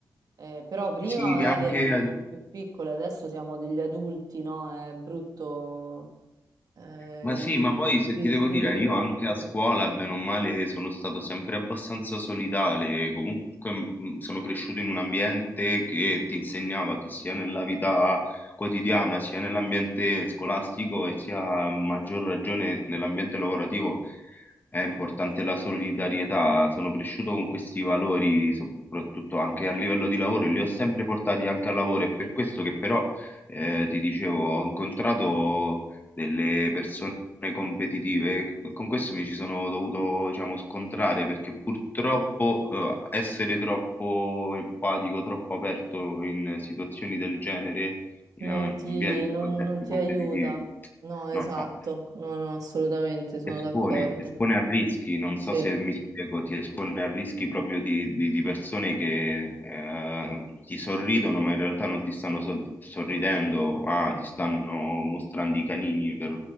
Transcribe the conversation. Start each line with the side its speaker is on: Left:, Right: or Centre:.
Right: Eh, però prima
Left: sì,
Right: magari
Left: anche...
Right: eravamo più piccole, adesso siamo degli adulti, no? È brutto eh,
Left: Ma sì,
Right: il-
Left: ma poi
Right: il
Left: se
Right: vi-
Left: ti devo
Right: vivere
Left: dire, io
Right: il lavoro
Left: anche
Right: così.
Left: a scuola, bene o male, sono stato sempre abbastanza solidale, comunque mh, sono cresciuto in un ambiente che ti insegnava che sia nella vita quotidiana, sia nell'ambiente scolastico e sia a maggior ragione nell'ambiente lavorativo è importante la solidarietà. Sono cresciuto con questi valori, soprattutto anche a livello di lavoro, e li ho sempre portati anche al lavoro, è per questo che però, eh, ti dicevo, ho incontrato delle persone competitive. Con questo mi ci sono dovuto, diciamo, scontrare perché purtroppo eh, essere troppo empatico, troppo aperto in situazioni del genere, in
Right: Non ti,
Left: ambienti,
Right: non-
Left: in contesti
Right: non ti
Left: competitivi.
Right: aiuta. No, esatto,
Left: No, no,
Right: no, no, assolutamente, sono
Left: ti espone,
Right: d'accordo.
Left: ti espone a rischi, non so
Right: Sì.
Left: se mi spiego, ti espone a rischi proprio di, di- di persone che eh, ti sorridono, ma in realtà non ti stanno so- sorridendo, ma ti stanno mostrando i canini per